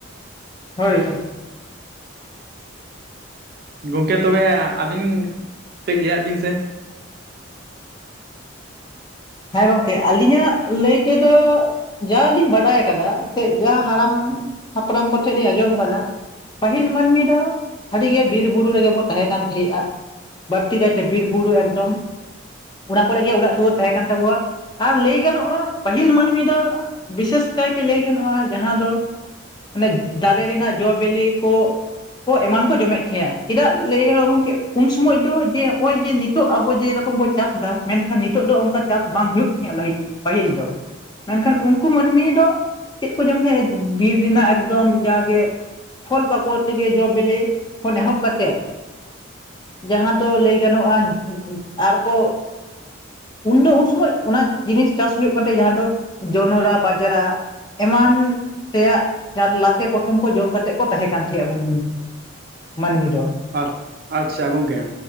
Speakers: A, on the left; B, on the right.
A: ᱦᱳᱭ
B: ᱜᱚᱝᱠᱮ ᱛᱚᱵᱮ ᱟᱹᱵᱤᱱ ᱠᱟᱹᱡ ᱞᱟᱹᱭᱟᱜ ᱵᱤᱱ ᱥᱮ
A: ᱦᱮᱸ ᱜᱚᱝᱠᱮ ᱟᱹᱞᱤᱧᱟᱜ ᱞᱟᱹᱭ ᱛᱮᱫᱚ ᱡᱟ ᱞᱤᱧ ᱵᱟᱰᱟᱭ ᱟᱠᱟᱫᱟ ᱥᱮ ᱡᱟ ᱦᱟᱲᱟᱢ ᱦᱟᱯᱲᱟᱢ ᱠᱚᱴᱷᱮᱱ ᱞᱤᱧ ᱟᱸᱡᱚᱢ ᱟᱠᱟᱫᱟ᱾ ᱯᱟᱹᱦᱤᱞ ᱢᱟᱹᱱᱢᱤ ᱫᱚ ᱟᱹᱰᱤᱜᱮ ᱵᱤᱨ ᱵᱩᱨᱩ ᱨᱮᱜᱮ ᱵᱚ ᱛᱟᱦᱮᱸ ᱠᱟᱱ ᱛᱟᱦᱮᱸᱜ-ᱟ ᱵᱟᱹᱲᱛᱤ ᱠᱟᱭᱛᱮ ᱵᱤᱨ ᱵᱩᱨᱩ ᱮᱠᱫᱚᱢ ᱚᱱᱟ ᱠᱚᱨᱮ ᱜᱮ ᱚᱲᱟᱜ ᱫᱩᱣᱟᱹᱨ ᱛᱟᱦᱮᱸ ᱠᱟᱱ ᱛᱟᱵᱚᱣᱟ ᱟᱨ ᱞᱟᱹᱭ ᱜᱟᱱᱚᱜ-ᱟ ᱯᱟᱹᱦᱤᱞ ᱢᱟᱹᱱᱢᱤ ᱫᱚ ᱵᱤᱥᱮᱥ ᱠᱟᱭᱛᱮ ᱞᱟᱹᱭ ᱜᱟᱱᱚᱜ-ᱟ ᱡᱟᱦᱟᱸ ᱫᱚ ᱚᱱᱮ ᱫᱟᱨᱮ ᱨᱮᱱᱟᱜ ᱡᱚ ᱵᱤᱞᱤ ᱠᱚ ᱠᱚ ᱮᱢᱟᱱ ᱠᱚ ᱡᱚᱢᱮᱫ ᱛᱟᱦᱮᱸᱜ-ᱟ ᱪᱮᱫᱟᱜ ᱞᱟᱹᱭ ᱜᱚᱢᱠᱮ ᱩᱱ ᱥᱚᱢᱚᱭ ᱫᱚ ᱡᱮ ᱦᱚᱸᱜ-ᱚᱭ ᱡᱮ ᱱᱤᱛᱚᱜ ᱟᱵᱚ ᱡᱮᱨᱚᱠᱚᱢ ᱵᱚᱱ ᱪᱟᱥ ᱮᱫᱟ ᱢᱮᱱᱠᱷᱟᱱ ᱱᱤᱛᱚᱜ ᱫᱚ ᱚᱱᱠᱟ ᱪᱟᱥ ᱵᱟᱝ ᱦᱩᱭᱩᱜ ᱛᱟᱸᱦᱮᱡ ᱞᱟᱦᱤ ᱯᱟᱹᱦᱤᱞ ᱫᱚ ᱢᱮᱱᱠᱷᱟᱱ ᱩᱱᱠᱩ ᱢᱟᱹᱱᱢᱤ ᱫᱚ ᱪᱮᱫ ᱠᱚ ᱡᱚᱢ ᱛᱟᱦᱮᱸᱫ ᱵᱤᱨ ᱨᱮᱱᱟᱜ ᱮᱠᱫᱚᱢ ᱡᱟᱜᱮ ᱯᱷᱚᱞ ᱯᱟᱠᱚᱲ ᱛᱮᱜᱮ ᱡᱚ ᱵᱤᱞᱤ ᱠᱷᱚᱱ ᱮᱦᱚᱵ ᱠᱟᱛᱮᱫ ᱡᱟᱦᱟᱸ ᱫᱚ ᱞᱟᱹᱭ ᱜᱟᱱᱚᱜ-ᱟ ᱟᱨᱠᱚ ᱩᱱᱫᱚ ᱥᱚᱢᱚᱭ ᱚᱱᱟ ᱡᱤᱱᱤᱥ ᱪᱟᱥ ᱦᱩᱭᱩᱜ ᱠᱟᱱ ᱛᱟᱦᱮᱸ ᱡᱟᱦᱟᱸ ᱫᱚ ᱡᱚᱱᱨᱟ ᱵᱟᱡᱽᱲᱟ ᱮᱢᱟᱱ ᱛᱮᱭᱟᱜ ᱡᱟᱦᱟᱸ ᱞᱟᱛᱮ ᱯᱚᱴᱚᱢ ᱠᱚ ᱡᱚᱢᱛᱮᱫ ᱠᱚ ᱛᱟᱦᱮᱸ ᱠᱟᱱ ᱛᱟᱦᱮᱸᱜ-ᱟ ᱩᱱ ᱢᱟᱹᱱᱢᱤ ᱫᱚ
B: ᱟᱪ, ᱟᱪᱪᱷᱟ ᱜᱚᱝᱠᱮ,